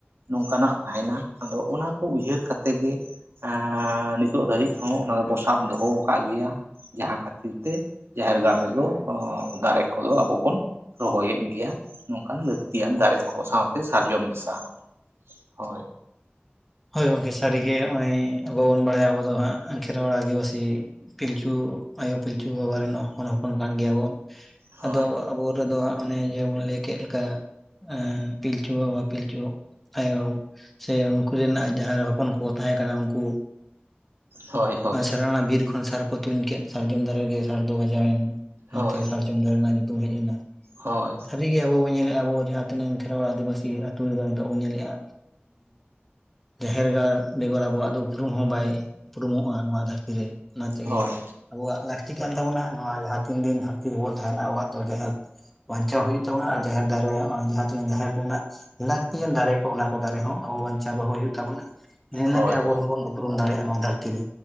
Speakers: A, on the right (about 85°); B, in the centre.
A: ᱱᱚᱝᱠᱟᱱᱟᱜ ᱛᱟᱦᱮᱱᱟ᱾ ᱟᱫᱚ ᱚᱱᱟ ᱠᱚ ᱩᱭᱦᱟᱹᱨ ᱠᱟᱛᱮᱜ ᱜᱮ ᱮ ᱱᱤᱛᱚᱜ ᱫᱷᱟᱹᱨᱤᱡ ᱦᱚᱸ, ᱚᱱᱟ ᱫᱚᱵᱚ ᱥᱟᱵᱽ ᱫᱚᱦᱚ ᱟᱠᱟᱫ ᱜᱮᱭᱟ᱾ ᱡᱟᱦᱟᱸ ᱠᱷᱟᱹᱛᱤᱨ ᱛᱮ ᱡᱟᱦᱮᱨ ᱜᱟᱲ ᱨᱮᱫᱚ ᱫᱟᱨᱮ ᱠᱚᱫᱚ ᱟᱵᱚ ᱵᱚᱱ ᱨᱚᱦᱚᱭᱮᱫ ᱜᱮᱭᱟ ᱱᱚᱝᱠᱟᱱ ᱞᱟᱹᱠᱛᱤᱭᱟᱱ ᱫᱟᱨᱮ ᱥᱟᱶᱛᱮ ᱥᱟᱨᱡᱚᱢ ᱢᱮᱥᱟ, ᱦᱳᱭ᱾
B: ᱦᱳᱭ ᱜᱚᱢᱠᱮ, ᱥᱟᱹᱨᱤ ᱜᱮ ᱱᱚᱜᱼᱚᱭ ᱟ ᱵᱟᱚ ᱵᱚᱱ ᱵᱟᱲᱟᱭᱟ, ᱟᱵᱚ ᱫᱚ ᱦᱟᱸᱜ ᱠᱷᱮᱨᱣᱟᱞ ᱟᱹᱫᱤᱵᱟᱹᱥᱤ ᱯᱤᱞᱪᱩ ᱟᱭᱳ ᱯᱤᱞᱪᱩ ᱵᱟᱵᱟ ᱨᱮᱱ ᱦᱚᱱ ᱦᱚᱯᱚᱱ ᱠᱟᱱ ᱜᱮᱭᱟᱵᱚᱱ
A: ᱦᱳᱭ
B: ᱟᱫᱚ ᱟᱵᱚ ᱨᱮᱫᱚ ᱚᱱᱮ ᱡᱮᱵᱚᱱ ᱞᱟᱹᱭ ᱠᱮᱫᱜ ᱞᱮᱠᱟ, ᱟ ᱯᱤᱞᱪᱩ ᱵᱟᱵᱟ ᱯᱤᱞᱪᱩ ᱟᱭᱳ ᱥᱮ ᱨᱮᱱᱟᱜ ᱡᱟᱦᱟᱸ ᱦᱚᱯᱚᱱ ᱠᱚ ᱛᱟᱦᱮᱸ ᱠᱟᱱᱟ ᱩᱱᱠᱩ
A: ᱦᱳᱭ ᱦᱳᱭ
B: ᱥᱟᱱᱟᱢ ᱟᱜ ᱥᱟᱨ ᱵᱤᱨ ᱠᱷᱚᱱ ᱥᱟᱨ ᱠᱚ ᱛᱩᱧ ᱠᱮᱫ ᱥᱟᱨᱡᱚᱢ ᱫᱟᱨᱮ ᱨᱮ ᱥᱟᱨ ᱫᱚ ᱵᱟᱡᱟᱣᱮᱱ ᱚᱱᱟᱛᱮ
A: ᱦᱳᱭ
B: ᱥᱟᱨᱡᱚᱢ ᱫᱟᱨᱮ ᱨᱮᱱᱟᱜ ᱧᱩᱛᱩᱢ ᱦᱮᱡ ᱮᱱᱟ᱾
A: ᱦᱳᱭ᱾
B: ᱥᱟᱹᱨᱤᱜᱮ ᱟᱵᱚ ᱵᱚᱱ ᱧᱮᱞᱮᱫᱼᱟ ᱟᱵᱚ ᱡᱟᱦᱟᱸ ᱛᱤᱱᱟᱹᱜ ᱠᱷᱮᱨᱣᱟ ᱟᱹᱫᱤᱵᱟᱹᱥᱤ ᱟᱹᱛᱩ ᱨᱮᱫᱚ ᱱᱤᱛᱚᱜ ᱵᱚᱱ ᱧᱮᱞᱮᱫᱼᱟ ᱡᱟᱦᱮᱨ ᱜᱟᱲ ᱵᱮᱜᱚᱨ ᱟᱵᱚᱣᱟᱜ ᱫᱚ ᱩᱯᱨᱩᱢ ᱦᱚᱸ ᱵᱟᱭ ᱩᱯᱨᱩᱢᱚᱜᱼᱟ ᱱᱚᱣᱟ ᱫᱷᱟᱹᱨᱛᱤ ᱨᱮ, ᱚᱱᱟ ᱛᱮᱜᱮ
A: ᱦᱳᱭ
B: ᱟᱵᱚᱣᱟᱜ ᱞᱟᱹᱠᱛᱤ ᱠᱟᱱ ᱛᱟᱵᱚᱱᱟ ᱱᱚᱣᱟ ᱡᱟᱦᱟᱸ ᱛᱤᱱ ᱫᱤᱱ ᱫᱷᱟᱹᱨᱛᱤ ᱨᱮᱵᱚᱱ ᱛᱟᱦᱮᱱᱟ ᱟᱵᱚᱣᱟᱜ ᱫᱚ ᱵᱟᱧᱪᱟᱣ ᱦᱩᱭᱩᱜ ᱛᱟᱵᱚᱱᱟ ᱟᱨ ᱡᱟᱦᱮᱨ ᱫᱟᱨᱮᱜ ᱡᱟᱦᱟᱸ ᱛᱤᱱᱟᱹᱜ ᱡᱟᱦᱮᱨ ᱨᱮᱱᱟᱜ ᱞᱟᱹᱠᱛᱤᱭᱟᱱ ᱫᱟᱨᱮ ᱠᱚ ᱚᱱᱟ ᱠᱚ ᱫᱟᱨᱮ ᱦᱚᱸ ᱟᱵᱚ ᱵᱟᱧᱪᱼᱟ ᱪᱟᱵᱟ ᱦᱩᱭᱩᱜ ᱛᱟᱵᱚᱱᱟ ᱤᱱᱟᱹᱝᱜᱮ
A: ᱦᱳᱭ
B: ᱟᱵᱚ ᱦᱚᱸᱵᱚᱱ ᱩᱯᱨᱩᱢ ᱫᱟᱲᱮᱭᱟᱜᱼᱟ ᱱᱚᱣᱟ ᱫᱷᱟᱹᱨᱛᱤ ᱨᱮ